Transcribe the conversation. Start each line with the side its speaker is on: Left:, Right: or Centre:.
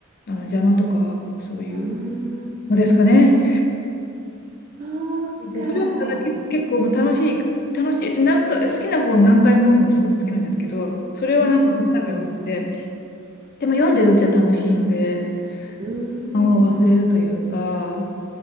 Left: あの、邪魔とか、そういう
Right: うーん、
Left: のですかね。
Right: そうか。
Left: そうそれだったらけ結構もう楽しい、楽しいし、なんか好きな本何回も読むの好き好きなんですけど、それはなんか何回も読んでて、
Right: うんうん
Left: でも読んでるうちは楽しいので、
Right: うん。う
Left: を忘れるというか、
Right: ーん。